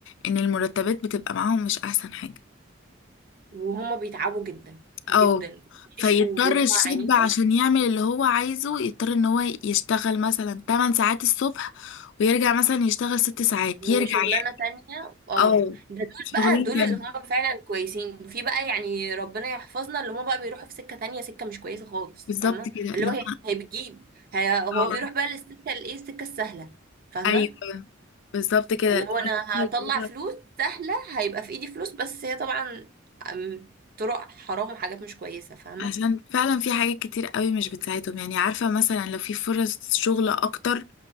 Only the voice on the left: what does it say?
ان المرتبات بتبقى معاهم مش احسن حاجة
او
فيضطر
الشاب
عشان يعمل اللي هو عايزه يضطر ان هو يشتغل مثلا 8 ساعات الصبح ويرجع مثلا يشتغل 6 ساعات
يرجع يعني
او
شغلين
تاني
بالظبط
كده
لو
اه
ايوه بالظبط كده
اللي
هو الفكرة
اللي
هو
عشان فعلا في حاجات كتير قوي مش بتساعدهم يعني عارفة مثلا لو في فرص شغل اكتر